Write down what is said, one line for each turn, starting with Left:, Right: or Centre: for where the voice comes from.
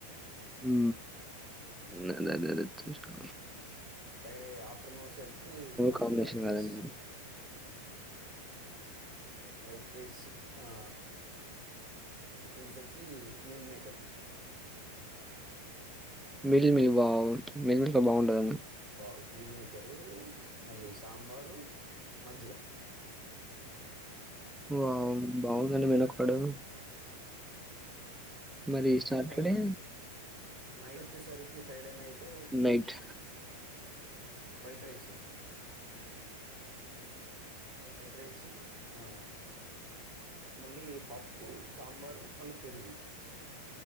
Centre: ఉ దదాదాద చూసిన
Right: ఫ్రైడే ఆఫ్టర్నూన్ సరికి మనకు
Centre: కాంబినేషన్
Right: వైట్ రైస్
Centre: కాదండి.
Right: వైట్ రైస్ ఆ దీంట్లకి meal maker
Centre: mill mill wow మిల్మికల్ బాగుంటదండి
Right: బాగు మిల్క్ మేకరు మళ్ళీ సాంబారు మజ్జిగ
Centre: వావ్ బాగుందండి వెనకు పడు మరి సాటర్డే
Right: నైట్ నైట్ వచ్చే సరి ఈ Friday night
Centre: night
Right: white rice white rice ఆ మళ్ళీ పప్పు సాంబారు మళ్ళీ పెరుగు